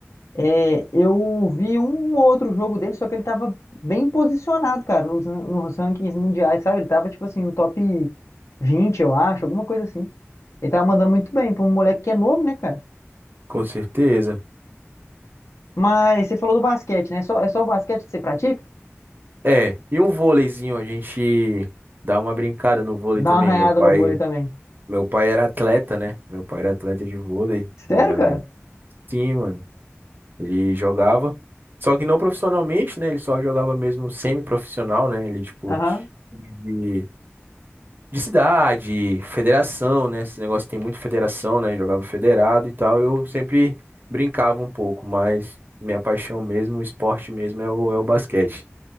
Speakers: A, on the left (about 75°); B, on the right (about 45°).
A: É, eu vi um ou outro jogo dele, só que ele tava bem posicionado, cara, nos, nos rankings mundiais, sabe? Ele tava, tipo assim, no top 20, eu acho, alguma coisa assim. Ele tava mandando muito bem pra um moleque que é novo, né, cara?
B: com certeza.
A: Mas você falou do basquete, né? É só, é só o basquete que você pratica?
B: É, e um vôleizinho, a gente dá uma brincada no vôlei
A: Dá
B: também.
A: uma arranhada
B: Meu pai,
A: no vôlei também.
B: meu pai era atleta, né? Meu pai era atleta de vôlei.
A: Sério,
B: E aí,
A: cara?
B: sim, mano, ele jogava. Só que não profissionalmente, né? Ele só jogava mesmo semi-profissional, né? Ele, tipo,
A: Aham.
B: de de cidade, federação, né? Esse negócio tem muito federação, né? Jogava federado e tal. Eu sempre brincava um pouco, mas minha paixão mesmo, o esporte mesmo é o, é o basquete.